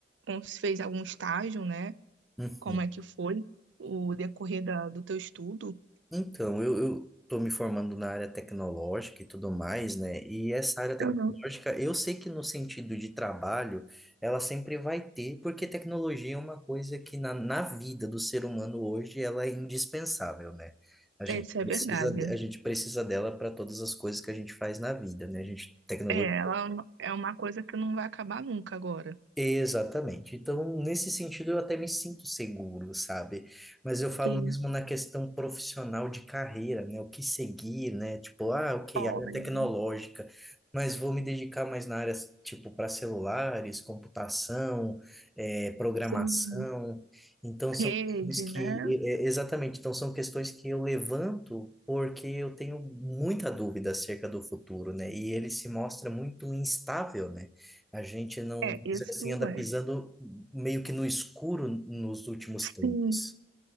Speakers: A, on the right (about 85°); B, in the centre.
A: cons- fez algum estágio, né?
B: Uhum.
A: Como é que foi o decorrer da, do teu estudo?
B: Então, eu, eu tô me formando na área tecnológica e tudo mais, né? E essa área tecnológica,
A: Eu não
B: eu sei que no sentido de trabalho, ela sempre vai ter, porque tecnologia é uma coisa que na, na vida do ser humano hoje, ela é indispensável, né? A gente
A: sei se
B: precisa,
A: é verdade.
B: de- a gente precisa dela para todas as coisas que a gente faz na vida, né? A gente, tecnologia
A: É, ela é uma é uma coisa que não vai acabar nunca agora.
B: Exatamente. Então, nesse sentido, eu até me sinto seguro, sabe? Mas eu falo
A: Sim,
B: mesmo na questão profissional de carreira, né? O que seguir, né? Tipo, ah, ok,
A: olha,
B: área tecnológica, mas vou me dedicar mais na área, tipo, para celulares, computação, eh, programação.
A: sim,
B: Então, são
A: rede,
B: questões que,
A: né?
B: eh, eh, exatamente, então são questões que eu levanto porque eu tenho muita dúvida acerca do futuro, né? E ele se mostra muito instável, né? A gente não,
A: É,
B: vamos
A: isso
B: dizer assim, anda
A: é.
B: pisando meio que no escuro nos últimos
A: Sim,
B: tempos.